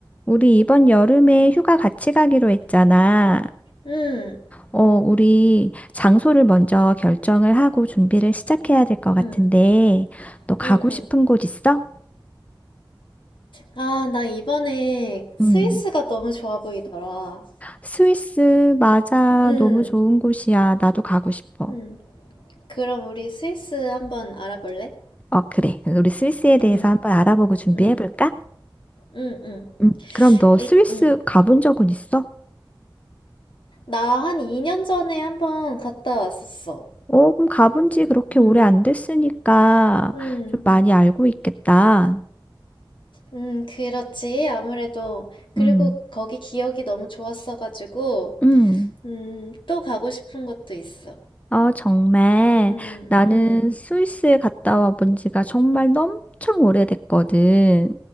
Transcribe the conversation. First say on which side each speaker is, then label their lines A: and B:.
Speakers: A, on the left; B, on the left.
A: 우리 이번 여름에 휴가 같이 가기로 했잖아.
B: 응,
A: 어, 우리 장소를 먼저 결정을 하고 준비를 시작해야 될 것 같은데,
B: 응,
A: 너 가고
B: 응, 응.
A: 싶은 곳 있어?
B: 아, 나 이번에 스위스가
A: 음.
B: 너무 좋아 보이더라.
A: 스위스, 맞아.
B: 응,
A: 너무 좋은 곳이야. 나도 가고 싶어.
B: 응. 그럼 우리 스위스 한번 알아볼래?
A: 어, 그래. 그럼 우리 스위스에 대해서
B: 응,
A: 한번 알아보고 준비해볼까?
B: 응, 응, 응.
A: 음. 그럼 너
B: 일,
A: 스위스
B: 응.
A: 가본 적은 있어?
B: 나 한 2년 전에 한번 갔다 왔었어.
A: 어, 그럼 가본 지 그렇게
B: 응,
A: 오래 안 됐으니까
B: 응,
A: 좀 많이 알고 있겠다.
B: 응, 그렇지. 아무래도. 그리고
A: 음.
B: 거기 기억이 너무 좋았어가지고,
A: 음.
B: 음, 또 가고 싶은 것도 있어.
A: 아, 정말.
B: 응,
A: 나는
B: 응.
A: 스위스에 갔다 와본 지가 정말 엄청 오래됐거든.